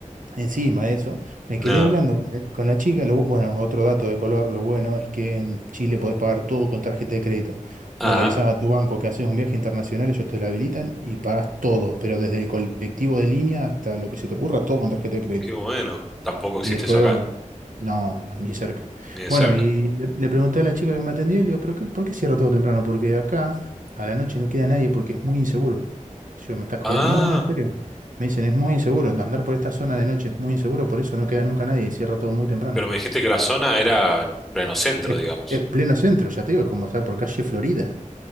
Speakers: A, on the right; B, in the centre.
A: Encima de eso, me
B: No.
A: quedé hablando con la, con la chica. lo bu- bueno, otro dato de color, lo bueno es que en Chile podés pagar todo con tarjeta de crédito.
B: Ah,
A: Vos le avisás a tu banco que haces un viaje internacional, ellos te la habilitan y pagás todo, pero desde el colectivo de línea hasta lo que se te ocurra, todo con tarjeta de crédito.
B: qué bueno. Tampoco existe
A: Y después,
B: eso acá,
A: no, no, ni cerca.
B: ni de
A: Bueno,
B: cerca.
A: y le, le pregunté a la chica que me atendió, y le digo, ¿pero qué, por qué cierra todo temprano? Porque acá a la noche no queda nadie porque es muy inseguro. Yo, ¿me estás jodiendo?
B: Ah,
A: No, no, en serio. Me dicen, es muy inseguro, andar por esta zona de noche es muy inseguro, por eso no queda nunca nadie y cierra todo muy temprano.
B: Pero me dijiste que la zona era el pleno centro,
A: Es,
B: digamos.
A: es pleno centro, ya te digo, es como estar por calle Florida.